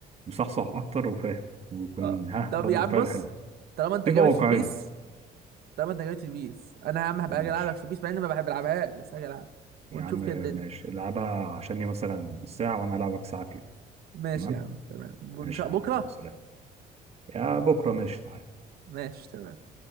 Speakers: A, on the right (about 40°); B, on the right (about 65°).
A: مصحصح اكتر وفاهم ويكون
B: اه
A: ها
B: طب
A: ردة
B: يا عم
A: فعله
B: بص
A: حلوه
B: طالما انت
A: فيفا
B: جامد
A: واقعيه
B: في بيس طالما انت جامد في بيس انا يا عم هبقى
A: ماشي
B: اجي العبك في بيس مع اني ما بحب العبهاش بس هاجي العب
A: يا
B: ونشوف
A: عم
B: كده الدنيا
A: ماشي العبها عشان هي مثلا ساعه وانا العبك ساعه فيفا
B: ماشي
A: تمام
B: يا عم تمام ونشاء
A: ماشي
B: بكره
A: يا عم خلاص سلام. يا بكره ماشي تعالى
B: ماشي تمام